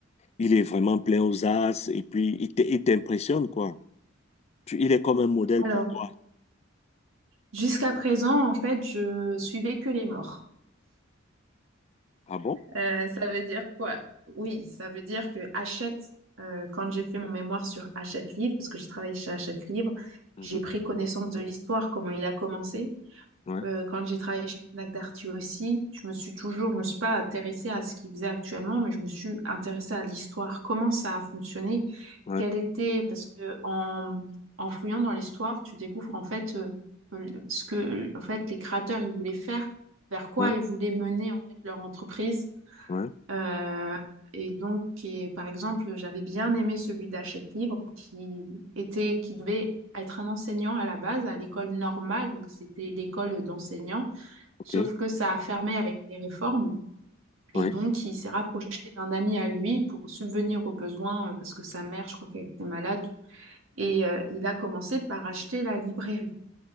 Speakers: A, on the left (about 30°); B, on the right (about 75°).
A: il est vraiment plein aux as et puis il t'- il t'impressionne, quoi. Tu- il est comme un modèle
B: Alors,
A: pour toi.
B: jusqu'à présent, en fait, je suivais que les morts.
A: Ah bon?
B: Euh, ça veut dire quoi? Oui, ça veut dire que Hachette, euh, quand j'ai fait mon mémoire sur Hachette Livre, parce que j'ai travaillé chez Hachette Livre,
A: Mhm.
B: j'ai pris connaissance de l'histoire, comment il a commencé.
A: Ouais.
B: Euh, quand j'ai travaillé chez Fnac Darty aussi, je me suis toujours, je me suis pas intéressée à ce qu'ils faisaient actuellement, mais je me suis intéressée à l'histoire, comment ça a fonctionné,
A: Ouais.
B: quelle était, parce que en, en fouillant dans l'histoire, tu découvres en fait euh, ce que en fait les créateurs ils voulaient faire, vers quoi
A: Ouais.
B: ils voulaient mener en fait leur entreprise
A: Ouais.
B: euh, et donc, et par exemple, j'avais bien aimé celui d'Hachette Livre qui était, qui devait être un enseignant à la base à l'école normale, donc c'était l'école d'enseignants,
A: Ok.
B: sauf que ça a fermé avec les réformes.
A: Ouais.
B: Et donc, il s'est rapproché d'un ami à lui pour subvenir aux besoins euh, parce que sa mère, je crois qu'elle était malade. Et euh, il a commencé par acheter la librairie.